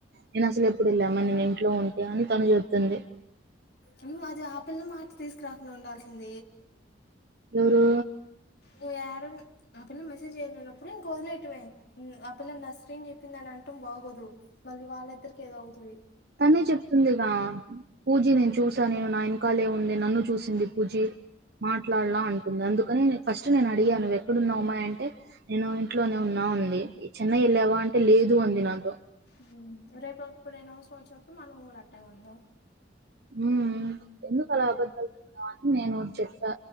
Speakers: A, on the right (about 55°); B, on the left (about 55°).
A: నెన్ అసల్ ఎప్పుడు ఎళ్ళా మ నేను ఇంట్లో ఉంటే అని తను జెప్తుంది
B: నువ్వు అది ఆపిల్ల మాట తీస్కురాకుండా ఉండాల్సింద
A: యొవ్రూ
B: నుయారున్ ఆ పిల్ల మెసేజ్ చేయన్నప్పుడు ఇంక్ ఒదిలేయటమే ఆ పిల్ల నర్స్రీని చెప్పిందన్న అంటం బాగోదు మళ్ళీ వాళ్ళ్ ఇద్దరికి ఏదో అవుతుంది
A: తనే చెప్తుందిగా పూజీ ని చూసా నేను నా ఎనకాలే ఉంది నన్ను చూసింది పూజి మాట్లాడ్లా అంటుంది అందుకని ఫస్ట్ నేను అడిగా నువ్ ఎక్కడున్నావు అమ్మాయి అంటే నేను ఇంట్లోనే ఉన్నా అంది చెన్నై లేవా అంటే లేదు అంది నాతో
B: మ్ రేపు ఎప్పుడైనా ఔస్రం ఒచ్చినప్పుడు మనం గూడ్ అట్టే ఉందాం
A: ఉం ఎందుకు అలా అబద్ధాలు <unintelligible> అని నేను చెప్పా